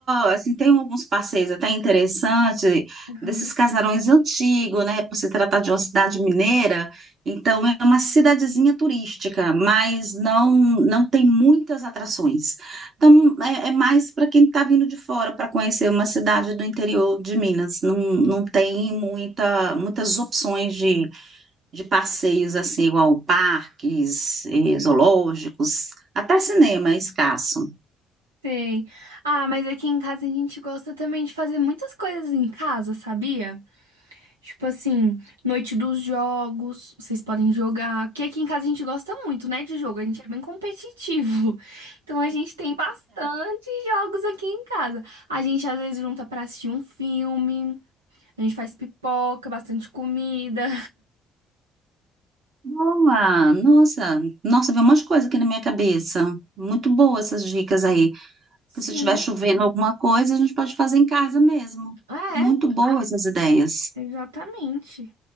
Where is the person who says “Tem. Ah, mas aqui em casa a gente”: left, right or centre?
Right